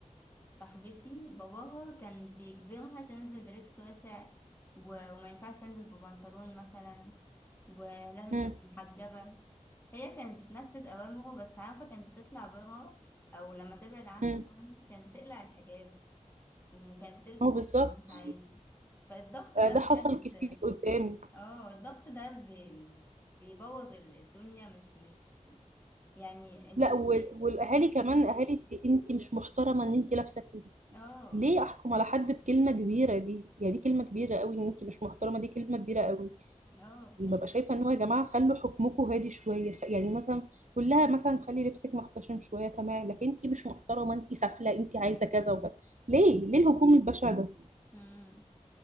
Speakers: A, on the left (about 15°); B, on the right (about 75°).
A: صاحبتي باباها كان بيجبرها تنزل بلبس واسع و... وما ينفعش تنزل ببنطلون مثلا ولازم
B: مم.
A: تبقى محجبة هي كانت بتنفذ أوامره بس عارفة كانت بتطلع برا أو لما تبعد عنه
B: مم.
A: يعني كانت بتقلع الحجاب وكانت بتلبس
B: هو
A: بنطلونات
B: بالظبط
A: عادي فالضغط
B: آه،
A: ده
B: ده
A: بجد
B: حصل كتير قدامي
A: اه الضغط ده بي... بيبوظ ال- الدنيا مش مش يعني انت
B: لا
A: فاهمة
B: وال- والاهالي كمان اهالي انت انت مش محترمه ان انت لابسه كده
A: اه
B: ليه احكم على حد بكلمه كبيره دي يعني دي كلمه كبيره قوي ان انت مش محترمه دي كلمه كبيره قوي
A: اه
B: ببقى
A: بجد
B: شايفه ان هو يا جماعه خلوا حكمكم هادي شويه خ- يعني مثلا قول لها مثلا خلي لبسك محتشم شويه تمام لكن انت مش محترمه انت سافله انت عايزه كذا وكذا ليه ليه الهجوم البشع ده
A: امم